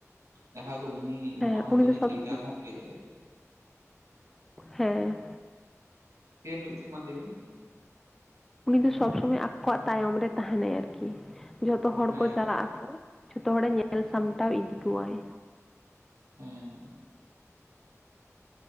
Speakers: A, on the right; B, in the centre.
A: ᱡᱟᱦᱟᱸᱭ ᱫᱚ ᱩᱱᱤ
B: ᱦᱮᱸ
A: ᱱᱚᱣᱟ ᱦᱟᱹᱛᱤ
B: ᱩᱱᱤ
A: ᱨᱤᱱᱤᱡ
B: ᱫᱚ ᱥᱚᱵᱽ
A: ᱞᱤᱰᱟᱨ
B: ᱥᱚᱢᱚᱭ
A: ᱦᱚᱸ ᱞᱟᱹᱭ ᱫᱟᱲᱮᱜ-ᱟ
B: ᱦᱮᱸ
A: ᱪᱮᱫ ᱮᱢ ᱞᱟᱹᱭᱟᱹᱛ ᱛᱟᱦᱮᱸᱜ ᱢᱟ ᱞᱟᱹᱭ ᱢᱮ ᱾
B: ᱩᱱᱤ ᱫᱚ ᱥᱚᱵᱽ ᱥᱚᱢᱚᱭ ᱟᱠᱚᱣᱟᱜ ᱛᱟᱭᱚᱢ ᱨᱮ ᱛᱟᱦᱮᱱᱟᱭ ᱟᱨᱠᱤ ᱡᱚᱛᱚ ᱦᱚᱲ
A: ᱦᱮᱸ
B: ᱠᱚ ᱪᱟᱞᱟᱜ
A: ᱛᱟᱦᱮᱸ
B: ᱟᱠᱚ ᱡᱷᱚᱛᱚ ᱦᱚᱲᱮ ᱧᱮᱞ ᱥᱟᱢᱴᱟᱣ ᱤᱫᱤ ᱠᱚᱣᱟᱭ᱾
A: ᱦᱮᱸ